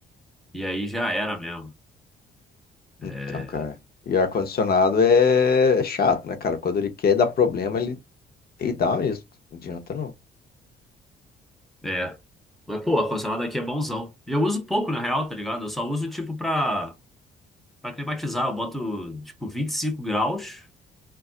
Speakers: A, in the centre; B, on the left.
A: E aí já era mesmo.
B: Então,
A: É.
B: cara. E ar-condicionado é é chato, né, cara? Quando ele quer dar problema, ele, ele dá mesmo. Não adianta não.
A: É. Mas, pô, ar-condicionado aqui é bonzão. E Eu uso pouco, na real, tá ligado? Eu só uso, tipo, pra, pra climatizar. Eu boto, tipo, 25 graus